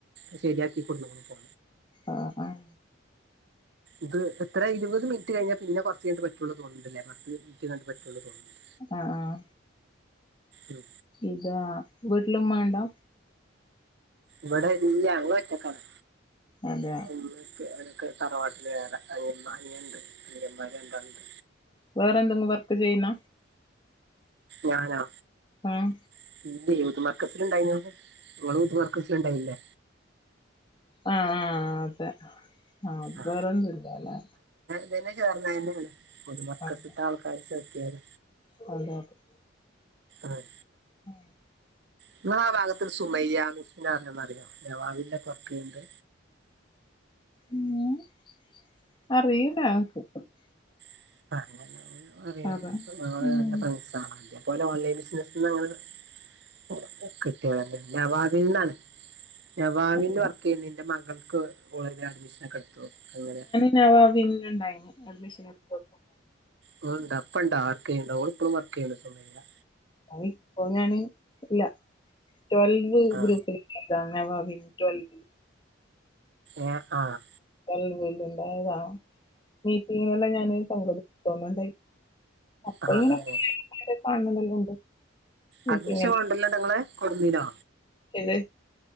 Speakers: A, on the right (about 60°); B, on the left (about 25°).
A: <unintelligible> ശരിയാക്കി കൊണ്ട് പോണം പോ
B: ആഹ് ആഹ്
A: ഇത് എത്ര ഇരുപത് മിനിറ്റ് കഴിഞ്ഞാൽ പിന്നെ കുറച്ച് കിട്ട പറ്റുള്ള തോന്നുന്നുണ്ടില്ലേ പത്ത് മിനിറ്റ് കണ്ടട്ട പറ്റുള്ള തോന്നില്ല
B: ആഹ് ആഹ്
A: ഉം
B: ഇതാ വീട്ടിലും ഉമ്മണ്ടോ
A: ഇവിടെ നീ ഞങ്ങ ഒറ്റക്കാണ്
B: അതെ
A: <unintelligible> തറവാട്ടില് വറെ അ അനുണ്ട് പിന്ന്മാര്ണ്ടാണ്ട്
B: വേറെ എന്തെങ്കിലും വർക്ക് ചെയ്യുന്ന
A: ഞാനാ
B: ആഹ്
A: <unintelligible> മർക്കസൽണ്ടായി <unintelligible> മർക്കസൽ ഉണ്ടായില്ലേ
B: ആഹ് ആ് അതെ ആഹ്
A: ആ
B: വേറെന്നുംല്ല അല്ലേ
A: <unintelligible> ചേർന്ന <unintelligible> മർക്കസത്തെ
B: ആ, അതെ
A: ആൾക്കാർ ചേർക്കത്
B: <unintelligible>
A: ആഹ്
B: ആ
A: നിമ്മൾ ആ ഭാഗത്തി സുമയ്യ <unintelligible> അറന്ന്റിയോ ജവാവില്ല <unintelligible> ണ്ട്
B: ഉം. <unintelligible>
A: <unintelligible> അറിയ
B: അതെ
A: ഞങ്ങള്
B: ഉം.
A: നല്ല ഫ്രണ്ട്സ അണ് <unintelligible> ഓൺലൈൻ ബിസിനസ്ൾ <inaudible> കിട്ടികളന്നാ വാതിന്നാണ് നവാവിന്ന്
B: അതെയോ
A: വർക്ക് ചെയ്യുന്നു എന്റെ മകൾക്ക് കോളേജിൽ അഡ്മിഷന ഒക്കെ എടുത്തു അങ്ങനെ
B: നവാന്നുണ്ടായി അഡ്മിഷൻ എടുത്ത
A: <unintelligible> അപ്പണ്ടാ ആർക്കെയുണ്ടാ ഓപ്പും വർക്കെയണ്ടണ്ട് സുമയ
B: അയ് പോഞണ് ഇല്ല ട്വൽവ്
A: ആ
B: ഗ്രൂപ്പില് <unintelligible> <unintelligible>
A: ആഹ് ആഹ്
B: <unintelligible> മീറ്റിങ്ങിനെല്ലാം ഞാൻ പങ്കെടുപ്പ ന്നുണ്ടായി അപ്പൊ
A: ആ
B: ഇങ്ങനെ
A: അങ്ങനെ
B: കാണണതെല്ലാം ഉണ്ട് മീറ്റിങ്ങിൽ
A: അഡ്മിഷൻ കൊണ്ടല്ലോ നിങ്ങള് കൊടുന്നീരോ
B: ഇത്